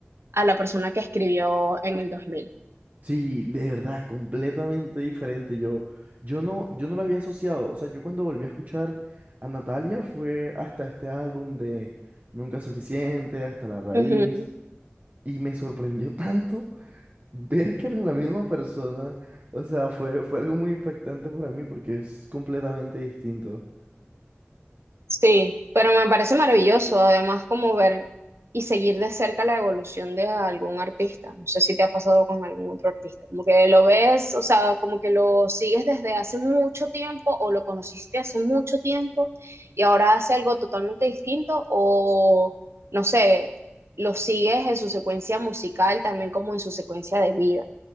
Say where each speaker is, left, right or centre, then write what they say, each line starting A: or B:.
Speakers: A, on the right (about 75°); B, on the right (about 40°).
A: a la persona que escribió en el 2000.
B: Sí, de verdad, completamente diferente. Yo, yo no, yo no la había asociado. O sea, yo cuando volví a escuchar a Natalia fue hasta este álbum de Nunca es suficiente, hasta la raíz.
A: Ujú.
B: Y me sorprendió <laughs> tanto ver que era la misma persona. O sea, fue, fue algo muy impactante para mí porque es completamente distinto.
A: Sí, pero me parece maravilloso, además como ver y seguir de cerca la evolución de algún artista. No sé si te ha pasado con algún otro artista, como que lo ves, o sea, como que lo sigues desde hace mucho tiempo o lo conociste hace mucho tiempo y ahora hace algo totalmente distinto o, no sé, lo sigues en su secuencia musical, también como en su secuencia de vida.